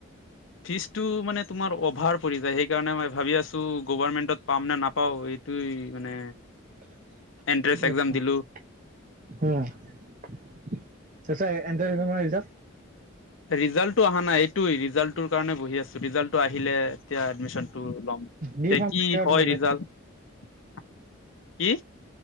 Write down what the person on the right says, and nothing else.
<unintelligible>
উম তাৰপিছত এণ্টাৰ <unintelligible> ৰিজাল্ট?
ডি ফাৰ্মা
কিহৰ
তোমাৰ